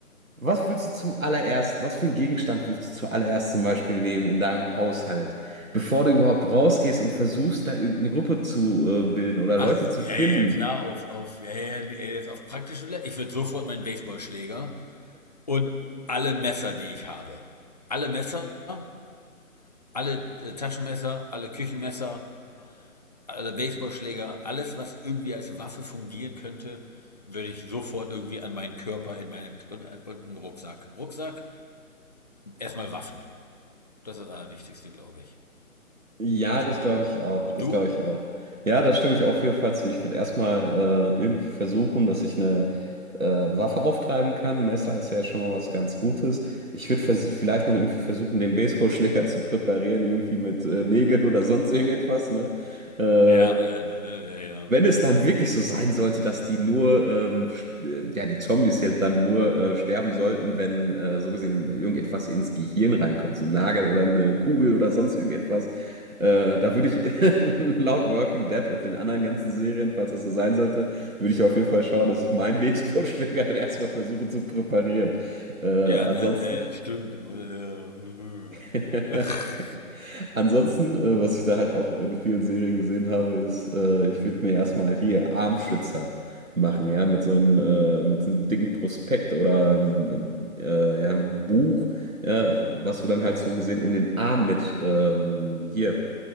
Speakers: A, on the right; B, on the left.
A: Was willst du zum allererst, was für einen Gegenstand willst du zuallererst zum Beispiel nehmen in deinem Haushalt, bevor du überhaupt rausgehst und versuchst, da irgendeine Gruppe zu äh, bilden oder
B: ach
A: Leute
B: so,
A: zu
B: ja,
A: finden?
B: ja, ja, klar, auf, auf, ja, ja, ja, jetzt auf praktische Le Ich würde sofort meinen Baseballschläger und alle Messer, die ich habe. Alle Messer, alle äh, Taschenmesser, alle Küchenmesser, alle Baseballschläger, alles, was irgendwie als Waffe fungieren könnte, würde ich sofort irgendwie an meinen Körper in meine, und, und einen Rucksack. Rucksack, erstmal Waffen. Das ist das Allerwichtigste, glaube ich,
A: Ja,
B: zu
A: das
B: überlegen.
A: glaube ich auch.
B: Und
A: Das
B: du?
A: glaube ich auch. Ja, da stimme ich auf jeden Fall zu. Ich würde erstmal äh, irgendwie versuchen, dass ich eine äh, Waffe auftreiben kann. Messer ist ja schon mal was ganz Gutes. Ich würde vers- vielleicht noch irgendwie versuchen, den Baseballschläger <laughs> zu präparieren, irgendwie mit äh, Nägeln oder sonst irgendetwas, ne? Äh,
B: Ja, ja, ne, ja, ja.
A: Wenn es dann wirklich so sein sollte, dass die nur, ähm, st- äh, ja, die Zombies halt dann nur äh, sterben sollten, wenn äh, so gesehen irgendetwas ins Gehirn reinkommt, so ein Nagel oder eine Kugel oder sonst irgendetwas, äh, da würde ich <laughs> laut Walking Dead und den anderen ganzen Serien, falls das so sein sollte, würde ich auf
B: Hm.
A: jeden Fall schauen, dass ich meinen Baseballschläger <laughs> dann erstmal versuche zu präparieren. Äh, ansonsten.
B: Ja, ne, ja, ja, stimmt. Äh, äh,
A: <laughs>
B: äh. <laughs>
A: Ansonsten, äh, was ich da halt auch in vielen Serien gesehen habe, ist, äh, ich würde mir erstmal hier Armschützer machen, ja, mit so einem, äh, mit so einem dicken Prospekt oder ähm, äh, ja, einem Buch, ja, was du dann halt so gesehen um den Arm mit ähm, hier,